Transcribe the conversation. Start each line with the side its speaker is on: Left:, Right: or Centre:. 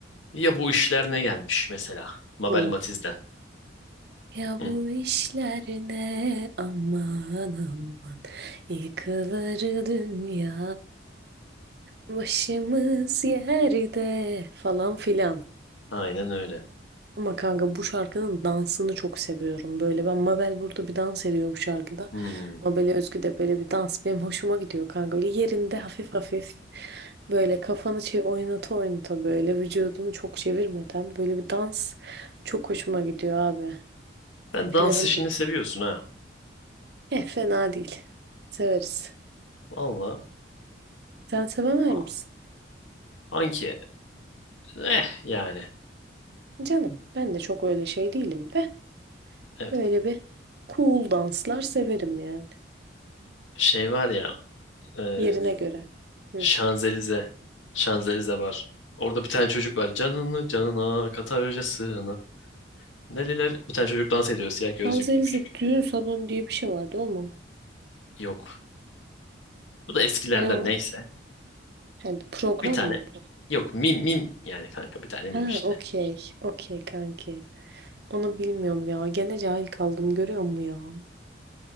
Left: ya bu işler ne gelmiş mesela? Mabel
Right: O.
Left: Matiz'den.
Right: Ya
Left: Hı,
Right: bu işler ne aman aman yıkılır dünya başımız yerde falan filan.
Left: aynen öyle.
Right: Ama kanka bu şarkının dansını çok seviyorum. Böyle ben Mabel burada bir dans ediyor bu şarkıda.
Left: Hmm.
Right: Mabel'e özgü de böyle bir dans benim hoşuma gidiyor kanka. Böyle yerinde hafif hafif böyle kafanı şey oynata oynata böyle vücudunu çok çevirmeden böyle bir dans çok hoşuma gidiyor abi.
Left: Sen
Right: Hele
Left: dans
Right: bunun
Left: işini seviyorsun ha.
Right: eh, fena değil. Severiz.
Left: Valla.
Right: Sen sevemez
Left: A-
Right: misin?
Left: Anki. Eh yani.
Right: Canım ben de çok öyle şey değilim de
Left: Evet.
Right: öyle bir cool danslar severim yani.
Left: Şey var ya. E,
Right: Yerine göre. Hı.
Left: Şanzelize. Şanzelize var. Orada bir tane çocuk var. Canını canına katarca sığına. Neler? Bir tane çocuk dans ediyor. Siyah
Right: Şanzelize
Left: gözlüklü küçük.
Right: düğün salonu diye bir şey vardı o mu?
Left: Yok. Bu da eskilerden
Right: Ne o?
Left: neyse.
Right: He, program
Left: Bir tane.
Right: mı bu?
Left: Yok mim mim. Yani kanka bir tane mim
Right: Ha
Left: işte.
Right: okey. Okey kanki. Onu bilmiyorum ya. Gene cahil kaldım görüyor musun ya?